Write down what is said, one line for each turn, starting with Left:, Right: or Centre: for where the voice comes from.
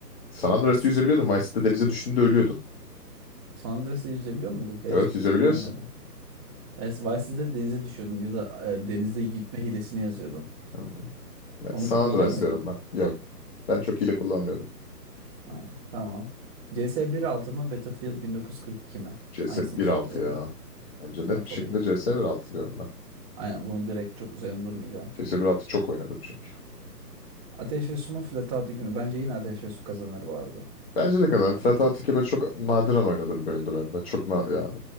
Left: San Andreas'ta yüzebiliyordun. Vice City'de denize düştüğünde ölüyordun.
Right: San Andreas'ı izleyebiliyor muyduk ya?
Left: Evet
Right: Hiç
Left: yüzebiliyorsun.
Right: hatırlamıyorum. Evet, Vice City'de denize düşüyordun ya da e, denizde gitme hilesini yazıyordun.
Left: Yani Ne,
Right: Onu
Left: San
Right: kullanıyor
Left: Andreas
Right: muydun?
Left: diyorum ben. Yok. Ben çok hile kullanmıyordum.
Right: Ha, tamam. CS 1.6 mı Battlefield 1942 mi?
Left: CS
Right: Hangisini
Left: 1.6
Right: işaretleyelim?
Left: ya. Bence
Right: E,
Left: net
Right: not
Left: bir şekilde
Right: alayım.
Left: CS 1.6 diyorum ben.
Right: Aynen bunu direkt çok üzerine durmayacağım.
Left: CS 1.6 çok oynadım çünkü.
Right: Ateş ve Su mu Flatout 2 mi? Bence yine Ateş ve Su kazanır bu arada.
Left: Bence de kadar. Flatout 2 böyle çok nadiren oynadığım bir oyundu benim. Ben çok na yani.